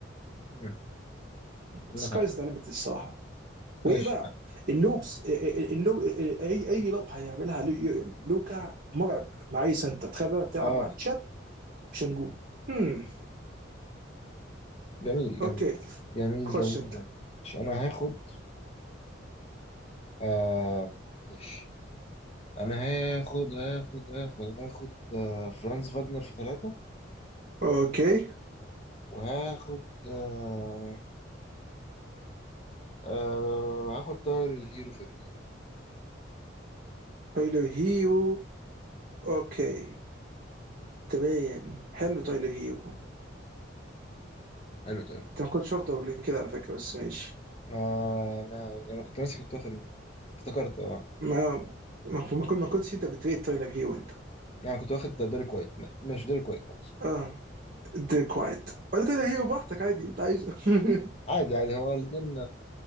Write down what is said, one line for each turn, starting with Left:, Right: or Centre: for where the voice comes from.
Left: امم عندك
Right: سكايز
Left: حق
Right: ذا ليميت الصراحه وايه
Left: ماشي
Right: بقى اللوبس اللو... اي اي لوب هيعملها لوكا مرعب مع اي سنتر تخيل بقى تلعب
Left: اه
Right: مع تشات مش هنقول هم
Left: جميل جميل
Right: اوكي
Left: جميل
Right: خش
Left: جميل
Right: انت
Left: جميل ماشي انا هاخد آه ماشي انا هاخد هاخد هاخد هاخد آه فرانز فاجنر في ثلاثة
Right: اوكي
Left: وهاخد آه آه هاخد طاير الهيرو في اتنين
Right: تايلر هيو اوكي
Left: مم.
Right: تمام حلو تايلر هيو
Left: حلو طاير
Right: انت ما كنتش واخده قبل كده على فكره بس ماشي
Left: آه انا يعني انا كنت ناسي كنت واخد مين افتكرت اه
Right: ما ما ما كنت ما كنتش انت بتريد تايلر هيو انت
Left: انا كنت واخد ديريك وايت لا، ماشي ديريك وايت خلاص
Right: اه دي كوايت ولا تايلر هيو براحتك عادي انت عايزه <laughs>
Left: عادي عادي هو الاثنين